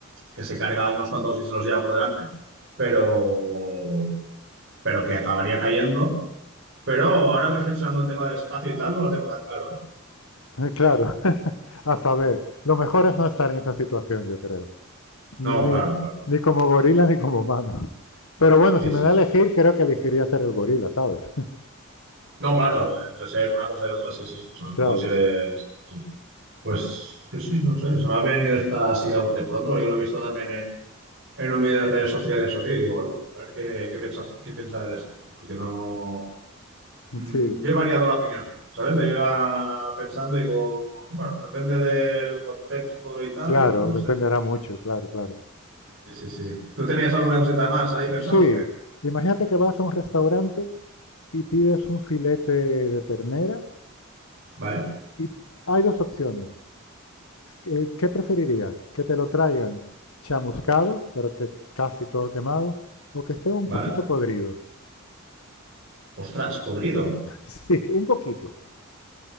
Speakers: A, on the right; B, on the left.
A: que se carga a unos cuantos y se los lleva por delante, pero, pero que acabaría cayendo. Pero ahora reflexionando en tema del espacio y tal, no lo tengo tan claro, ¿eh?
B: Claro, <laughs> a saber, lo mejor es no estar en esa situación, yo creo. Ni,
A: No,
B: ni,
A: claro, claro.
B: ni como gorila <laughs> ni como humano. Pero bueno,
A: Sí,
B: si
A: sí,
B: me da a
A: sí.
B: elegir, creo que elegiría ser el gorila, ¿sabes? <laughs>
A: No, claro, entre ser una cosa y otra, sí, sí. Sobre todo
B: Claro,
A: si eres... sí. sí. Pues sí, sí, no sé, se me ha venido esta así a bote pronto, porque lo he visto también en, en un vídeo de redes sociales hoy y digo, bueno, a ver qué, qué piensa, qué piensa de esto, porque no... mm,
B: sí,
A: yo he variado la opinión, ¿sabes? Yo iba pensando y digo, bueno, depende del contexto y tal,
B: claro,
A: pues, no
B: dependerá
A: sé.
B: mucho, claro, claro.
A: Sí, sí, sí. ¿Tú tenías alguna cosita más ahí pensado
B: Sí,
A: o qué?
B: imagínate que vas a un restaurante y pides un filete de ternera
A: ¿Vale?
B: y hay dos opciones. ¿Qué, qué preferirías? ¿Que te lo traigan chamuscado, pero que casi todo quemado, o que esté un
A: ¿Vale?
B: poquito podrido?
A: Ostras, podrido.
B: <laughs> Sí, un poquito.